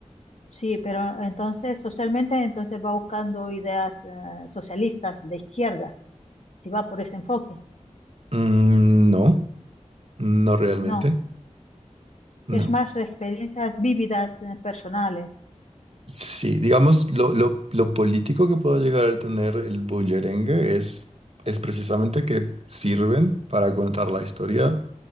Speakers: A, on the left (about 65°); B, on the right (about 55°).
A: sí, pero entonces socialmente entonces va buscando ideas eh, socialistas de izquierda, si va por ese enfoque.
B: Mm, no, no realmente,
A: No,
B: no.
A: es más experiencias vívidas eh, personales.
B: Sí, digamos, lo, lo, lo político que puede llegar a tener el bullerengue es, es precisamente que sirven para contar la historia